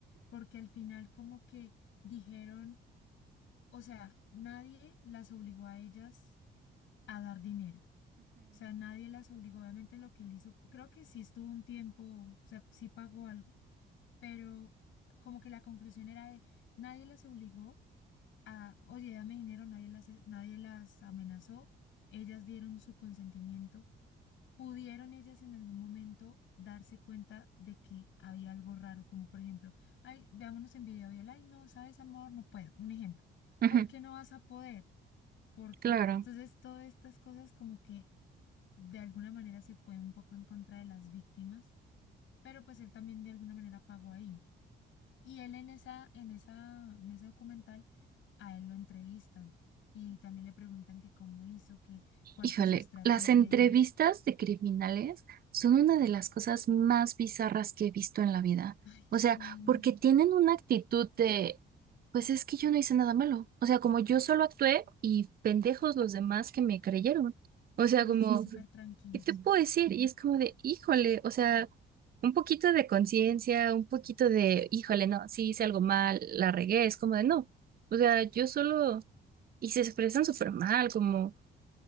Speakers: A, on the left; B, on the right.
A: porque al final como que dijeron O sea, nadie las obligó a ellas a dar dinero. O sea, nadie las obligó, obviamente lo que él hizo, creo que sí estuvo un tiempo, o sea, sí pagó algo, pero como que la conclusión era de nadie las obligó a, oye, dame dinero, nadie las, eh, nadie las amenazó, ellas dieron su consentimiento, pudieron ellas en algún momento darse cuenta de que había algo raro, como por ejemplo, ay, veámonos en video y él, ay, no, sabes, amor, no puedo, un ejemplo,
B: ujú,
A: ¿por qué no vas a poder? Porque
B: claro.
A: entonces todas estas cosas como que de alguna manera se fue un poco en contra de las víctimas, pero pues él también de alguna manera pagó ahí. Y él en esa, en esa, en ese documental a él lo entrevistan y también le preguntan que cómo hizo, que cuál
B: Híjole,
A: fue su estrategia
B: las entrevistas
A: y demás.
B: de criminales son una de las cosas más bizarras que he visto en la vida.
A: Ay,
B: O
A: sí,
B: sea, porque tienen una actitud de, pues es que yo no hice nada malo. O sea, como yo solo actué y pendejos los demás que me creyeron. O sea,
A: y
B: como,
A: así súper tranquilos.
B: ¿qué te puedo decir? Y es como de, híjole, o sea, un poquito de conciencia, un poquito de, híjole, no, sí hice algo mal, la regué. Es como de, no. O sea, yo solo... Y se expresan súper mal, como...